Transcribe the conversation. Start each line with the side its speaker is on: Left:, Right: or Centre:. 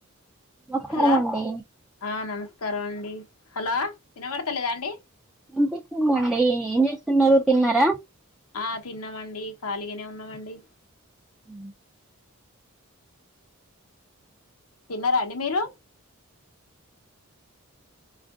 Centre: <unintelligible>
Left: హలో
Centre: మండీ
Left: ఆ నమస్కారం అండి హలో వినబడతలేదా అండి
Centre: ఇనిపిస్తుందండి ఏం చేస్తున్నారు తిన్నారా
Left: ఆ తిన్నామండి ఖాళిగనే ఉన్నామండి
Centre: అ
Left: తిన్నరా అండి మీరు